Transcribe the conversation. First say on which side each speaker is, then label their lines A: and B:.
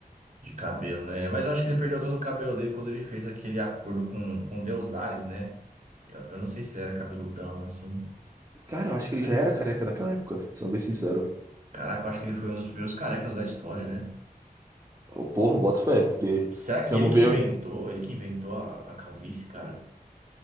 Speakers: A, on the right; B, on the right.
A: de cabelo, né? Mas eu acho que ele perdeu todo o cabelo dele quando ele fez aquele acordo com, com o Deus Ares, né? Eu, eu não sei se ele era cabeludão, assim.
B: Cara, eu acho que ele
A: É,
B: já era careca naquela época, sendo bem sincero.
A: Caraca, eu acho que ele foi um dos primeiros carecas da história, né?
B: Ô, Porra, boto fé, porque
A: Será
B: você
A: que ele
B: não vê
A: que inventou? Ele que inventou a, a calvície, cara?